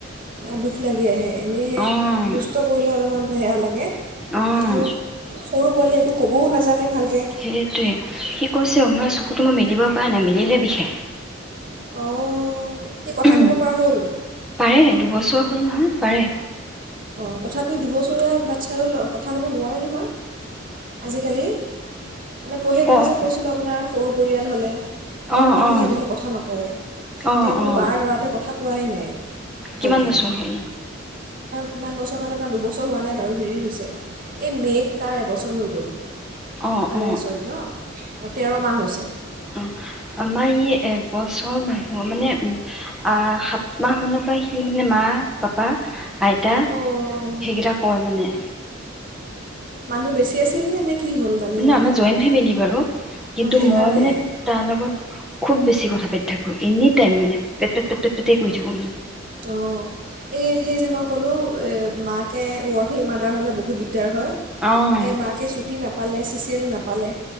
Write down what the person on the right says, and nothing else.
দুখ লা <unintelligible> আহে এনেহে
দুষ্ট কৰিলে অলপমান বেয়া লাগে,
কিন্তু সৰু পোৱালি একো ক'বও নাজানে। ভালকৈ
অঁ সি কথা
ক'ব পৰা হ'ল
অঁ তথাপিও দুবছৰীয়া বাচ্ছা ও কথা ক'ব নোৱাৰে নহয় আজিকালি মানে পঢ়ে
মই যে কৈছিলোঁ আপোনাৰ সৰু পৰিয়াল হ'লে কম
মানুহ
থাকিলে কথা নকয়,
এতিয়া মোৰ
বাৰ ল'ৰাটোৱে কথা ক পোৱাই নাই ভালকৈ
কিমান বছৰ মানে তাৰ দুবছৰ হোৱা নাই বাৰু হেৰি হৈছে এই মে'ত তাৰ এবছৰ হৈ গ'ল‌।
মানে
চৈধ্য আৰু তেৰ মাহ হৈছে।
অঁ
মানুহ বেছি আছিল নে নে কি হ'ল মানে
কথা
অঁ সেইকাৰণে
অ এই সেই যে মই ক'লো এ মাকে ৱৰ্কিং মাদাৰ হলে বহুত <unintelligible> দিগদাৰ হয়।
এ মাকে চুটি নাপালে, চিচিএল নাপালে